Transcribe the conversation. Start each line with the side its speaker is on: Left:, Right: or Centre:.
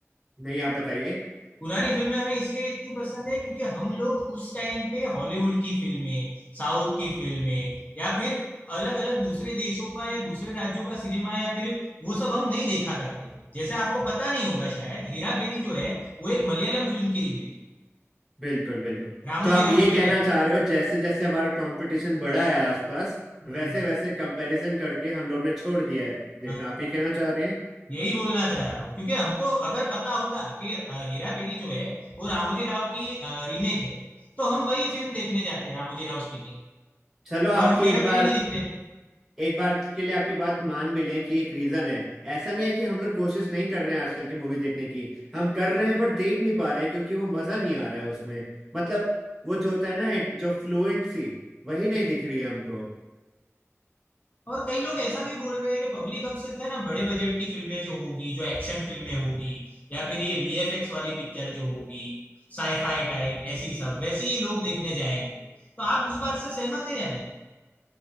Centre: नहीं आप बताइए
Left: पुरानी फिल्में हमें इसलिए इतनी पसंद है क्योंकि हम लोग उस टाइम पे हॉलीवुड की फिल्में साउथ की फिल्में या फिर अलग अलग दूसरे देशों का या दूसरे राज्यों का सिनेमा या फिर वो सब हम नहीं देखा करते थे जैसे आपको पता नहीं होगा शायद हेरा फेरी जो है वो एक मलयालम फिल्म की रीमेक
Centre: बिल्कुल बिल्कुल
Left: रामोजी
Centre: तो आप
Left: राव
Centre: ये
Left: स्पीकिंग
Centre: कहना चाह रहे हो जैसे जैसे हमारा कंपटीशन बढ़ा है आसपास
Left: हम्म
Centre: वैसे वैसे कंपैरिजन करके हम लोग ने छोड़ दिया है देखना
Left: हाँ
Centre: आप ये
Left: हाँ।
Centre: कहना चाह रहे हैं
Left: यही बोलना चाह रहा हूँ क्योंकि हमको अगर पता होता कि अ, हेरा फेरी जो है वो रामोजी राव की रीमेक है तो हम वही फिल्म देखने जाते हैं, रामोजी राव स्पीकिंग
Centre: चलो आपकी
Left: और हम
Centre: एक
Left: हेरा
Centre: बार
Left: फेरी नहीं दिखते
Centre: एक बार के लिए आपकी बात मान भी लें कि एक रीजन है ऐसा नहीं है कि हम लोग कोशिश नहीं कर रहे हैं आजकल की मूवी देखने की हम कर रहे हैं बट देख नहीं पा रहे हैं क्योंकि वो मजा नहीं आ रहा है उसमें मतलब वो जो होता है ना एक जो फ्लुएंसी वही नहीं दिख रही है हमको
Left: और कई लोग ऐसा भी बोल रहे हैं कि पब्लिक अब सिर्फ है ना बड़े बजट की फिल्में जो होगी जो एक्शन फिल्में होगी या फिर ये वीएफएक्स वाली पिक्चर जो होगी साईफाई टाइप ऐसी सब वैसी ही लोग देखने जाएंगे तो आप उस बात से सहमत है या नहीं